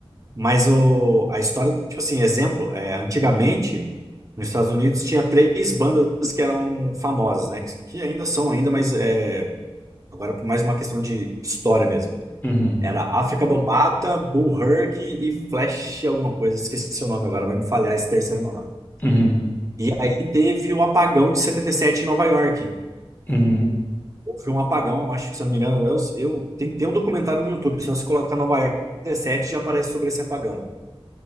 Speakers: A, on the right; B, on the left.
A: Mas o, a história, do- tipo assim, exemplo, é, antigamente, nos Estados Unidos tinha três bandas que eram famosas, né? Que, que ainda são ainda, mas é, agora por mais uma questão de história mesmo.
B: Uhum,
A: Era África Bambata, Bull Herc e Flash alguma coisa. Esqueci o nome agora, vai me falhar esse terceiro nome.
B: uhum,
A: E aí teve o apagão de 77 em Nova York.
B: uhum.
A: Houve um apagão, acho que se eu não me engano, eu, eu tem, tem um documentário no YouTube, se você colocar Nova York 77 já aparece sobre esse apagão.